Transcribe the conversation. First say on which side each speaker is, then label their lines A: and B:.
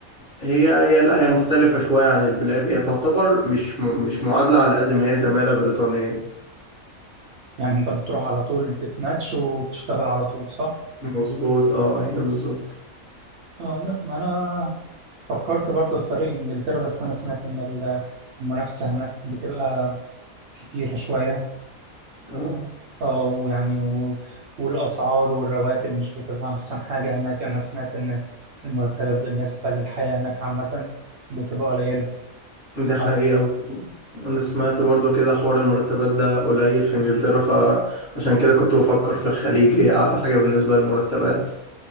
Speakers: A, on the left; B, on the right.
A: هي هي لا هي مختلفة شوية عن البلاب هي تعتبر مش م... مش معادلة على قد ما هي زمالة بريطانية
B: يعني انت بتروح على طول بتماتش وبتشتغل على طول صح؟
A: مظبوط اه ايوه بالظبط
B: آه لا ما انا فكرت برضه في طريق انجلترا بس انا سمعت ان ال- المنافسة هناك بتبقى كتيرة شوية
A: اه
B: اه ويعني و... والاسعار والرواتب مش بتبقى احسن حاجة هناك انا سمعت ان المرتبات بالنسبة للحياة هناك عامة بتبقى قليلة
A: ده
B: اسعار
A: حقيقة برضه أنا سمعت برضه كده حوار المرتبات ده قليل في إنجلترا فعشان كده كنت بفكر في الخليج هي أعلى حاجة بالنسبة للمرتبات